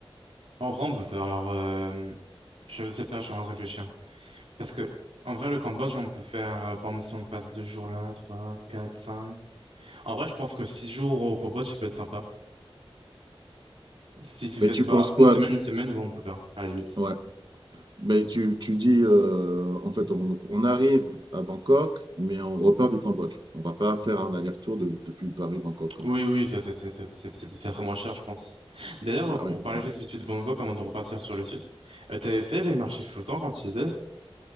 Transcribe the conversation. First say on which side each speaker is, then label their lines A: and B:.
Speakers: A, on the right; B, on the right.
A: En vrai, on peut faire, euh, je sais pas, je suis en train de réfléchir. Parce que, en vrai, le Cambodge, on peut faire, euh, par exemple, si on passe deux jours là, trois, quatre, cinq. En vrai, je pense que six jours au Cambodge, ça peut être sympa. Si, si vous
B: Mais
A: êtes,
B: tu
A: bah,
B: penses quoi?
A: une semaine, une semaine, ouais, on peut faire, à la limite.
B: Ouais. Mais tu, tu dis, euh, en fait, on, donc, on arrive à Bangkok, mais on repart du Cambodge. On va pas faire un aller-retour de- depuis Paris-Bangkok. hein.
A: Oui, oui, ça, ça, ça, ça, c'est- c'est- ça serait moins cher, je pense. D'ailleurs,
B: Bah
A: pour
B: oui.
A: parler
B: voilà.
A: juste vite fait de Bangkok, avant de repartir sur le site, euh, t'avais fait les marchés flottants quand tu y étais?